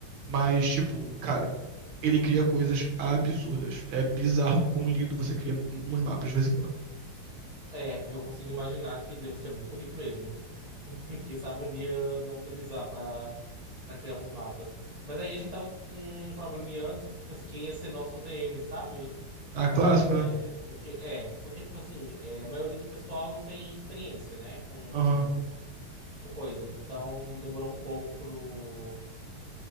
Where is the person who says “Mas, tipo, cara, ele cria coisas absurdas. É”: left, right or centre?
Right